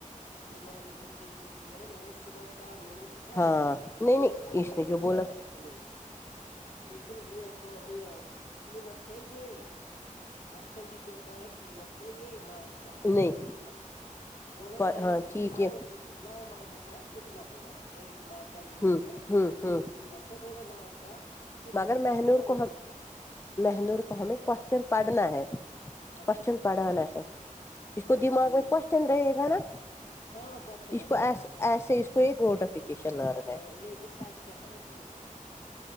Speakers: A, on the left; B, on the left.
A: یہ مہانور ان کو خود لکھنی ہے نا میں نے صبح کہا میں نے بھی لکھا
B: ہاں
A: ہے یہی
B: نہیں
A: میرے
B: نہیں
A: کہ
B: اس
A: یہی
B: نے جو
A: لکھنا
B: بولا
A: ہے تمہیں لیکن یہ ہیں کو یہ قیمت ہے کیا کوشچن بھی کہتا ہے قیمت ہے یہ مگ کا ایسا
B: نہیں
A: ہی ہے نا کچھ بولو نہیں
B: ہاں ٹھیک
A: نہؤ
B: ہے
A: نو ماگوں کا کتنا ہوا ایک مگ کا یہ
B: ہوں
A: ہے
B: ہوں ہوں
A: یہ قیمت یہ بولو نو کا کتنا
B: مگر
A: ہوا
B: مہنور
A: کرونہ
B: کو ہم مہنور کو ہمیں کوشچن پڑھنا ہے
A: اچھا
B: کوشچن
A: اچھا
B: پڑھانا ہے اس کو
A: چلو
B: دماغ
A: ٹھیک
B: میں کوشچن رہے گا نا
A: ہاں اچھا
B: اس
A: رہے
B: کو ایسے
A: گا ہاں
B: اس کو ایک نوٹیفکیشن لانا ہیں
A: ہاں لیکن سچ کہا مہنور نے ایسا